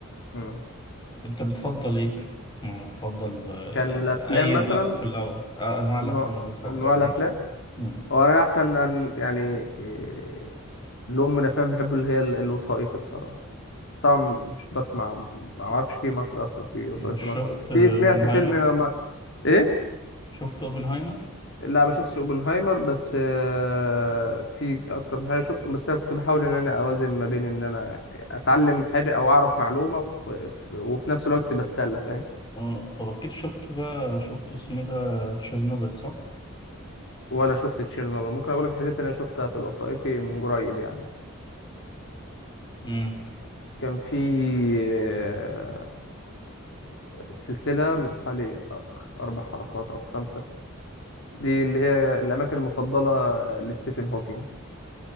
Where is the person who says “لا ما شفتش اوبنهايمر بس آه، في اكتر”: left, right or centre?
Left